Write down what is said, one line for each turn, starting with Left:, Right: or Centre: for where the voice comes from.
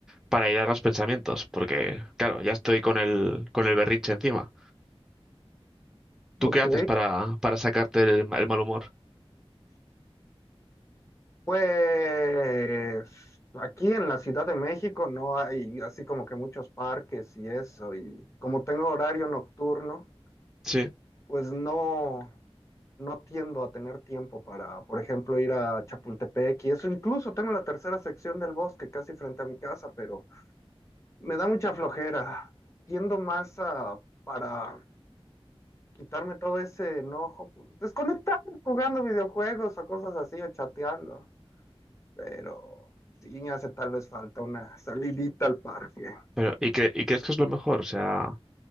Centre: para aislar los pensamientos, porque claro, ya estoy con el, con el berrinche encima. ¿Tú
Left: Ok.
Centre: qué haces para, para sacarte el, el mal humor?
Left: Pues aquí en la Ciudad de México no hay así como que muchos parques y eso. Y como tengo horario nocturno,
Centre: Sí,
Left: pues no. no tiendo a tener tiempo para, por ejemplo, ir a Chapultepec y eso. Incluso tengo la tercera sección del bosque casi frente a mi casa, pero me da mucha flojera. Tiendo más a, para quitarme todo ese enojo, pues, desconectar jugando videojuegos o cosas así o chateando. Pero sí me hace tal vez falta una salidita al parque.
Centre: pero ¿y, cre- y crees que es lo mejor? O sea,